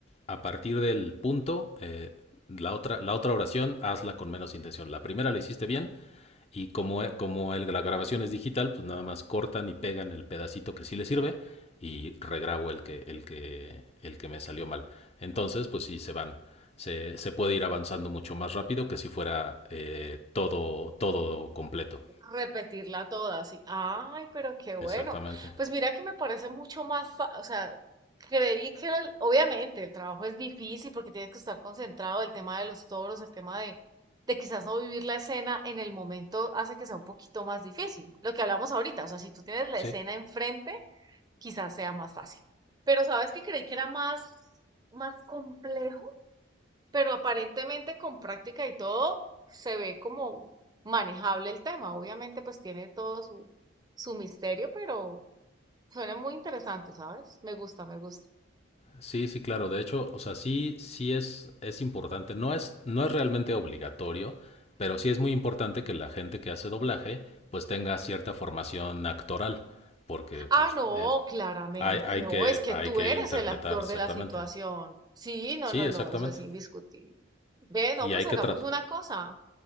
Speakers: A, on the left; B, on the right.
A: A partir del punto, eh, la, otra, la otra oración hazla con menos intención. La primera la hiciste bien y como, e- como el- la grabación es digital, pues nada más cortan y pegan el pedacito que sí le sirve y regrabo el que, el que, el que me salió mal. Entonces, pues sí, se van. Se, se puede ir avanzando mucho más rápido que si fuera eh, todo, todo completo.
B: Repetirla toda, así Ay, pero qué bueno.
A: Exactamente.
B: Pues mira que me parece mucho más, fa- o sea, creí que era el- obviamente el trabajo es difícil porque tienes que estar concentrado, el tema de los toros, el tema de, de quizás no vivir la escena en el momento hace que sea un poquito más difícil. Lo que hablamos ahorita, o sea, si tú tienes la
A: Sí.
B: escena enfrente, quizás sea más fácil. Pero sabes que creí que era más, más complejo pero aparentemente con práctica y todo se ve como manejable el tema. Obviamente pues tiene todo su, su misterio, pero suena muy interesante, ¿sabes? Me gusta, me gusta.
A: Sí, sí, claro. De hecho, o sea, sí, sí es, es importante. No es, no es realmente obligatorio, pero sí es muy importante que la gente que hace doblaje, pues tenga cierta formación actoral, porque
B: Ah,
A: pues,
B: no,
A: el-
B: claramente.
A: hay, hay
B: No,
A: que,
B: es que
A: hay
B: tú
A: que
B: eres
A: interpretar
B: el actor
A: exactamente.
B: de la situación. Sí, no,
A: Sí,
B: no,
A: exactamente.
B: no, eso es indiscutible. Ve, no,
A: Y
B: pues
A: hay
B: hagamos
A: que tratar.
B: una cosa.